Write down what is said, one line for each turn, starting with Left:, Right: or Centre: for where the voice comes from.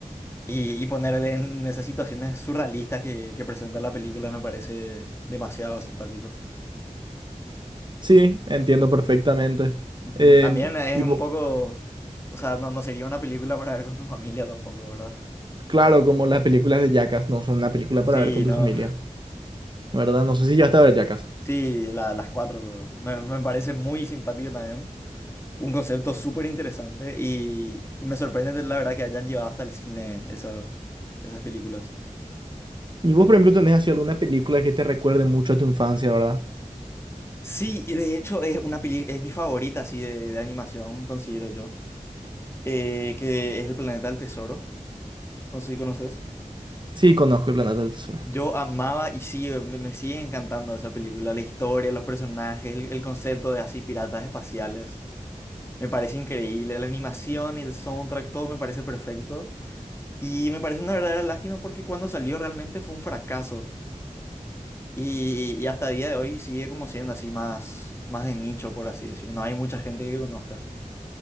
Left: y, y ponerle en esas situaciones surrealistas que, que presenta la película me parece demasiado simpático.
Right: Sí, entiendo perfectamente.
Left: Ujú,
Right: Em,
Left: También es
Right: y
Left: un
Right: vo-
Left: poco, o sea, no, no sería una película para ver con tu familia tampoco, ¿verdad?
Right: claro, como las películas de Jackass no son una película
Left: Sí,
Right: para ver con tu
Left: no.
Right: familia, ¿verdad? No sé si ya está a ver Jackass.
Left: Sí, la- las cuatro me, me parece muy simpático también. Un concepto súper interesante y, y me sorprende de- la verdad que hayan llevado hasta el cine eso- esas películas.
Right: Y vos, por ejemplo, tenés así alguna película que te recuerde mucho a tu infancia, ¿verdad?
Left: Sí, y de hecho es una peli- es mi favorita así de, de animación, considero yo, eh, que es El Planeta del Tesoro. No sé si conoces.
Right: Sí, conozco El Planeta del Tesoro.
Left: Yo amaba y sí, me, me sigue encantando esa película, la historia, los personajes, el, el concepto de así piratas espaciales. Me parece increíble, la animación y el soundtrack, todo me parece perfecto. Y me parece una verdadera lástima porque cuando salió realmente fue un fracaso. Y, y hasta día de hoy sigue como siendo así más, más de nicho, por así decir. No hay mucha gente que conozca.